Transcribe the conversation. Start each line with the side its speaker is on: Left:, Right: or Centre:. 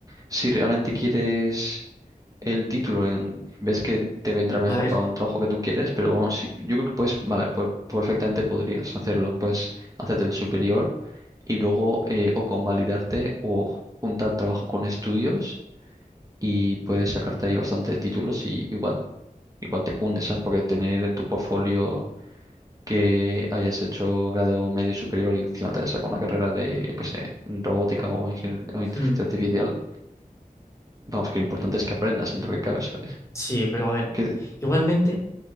Right: si realmente quieres el título y don- ves que te vendrá mejor
Left: A ver,
Right: para un trabajo que tú quieres, pero vamos, sí, yo creo que puedes, vale, pues perfectamente podrías hacerlo, pues hacerte el superior y luego eh, o convalidarte o juntar trabajo con estudios y puedes sacarte ahí bastantes títulos y igual, igual te cunde, ¿sabes? Porque tener en tu portfolio que hayas hecho grado medio y superior y encima te hayas sacado una carrera de, yo qué sé, robótica o, ingen- o inteligencia
Left: hmm,
Right: artificial, vamos, que lo importante es que aprendas dentro que cabe, ¿sabes?
Left: sí, pero a ver.
Right: Que,
Left: Igualmente,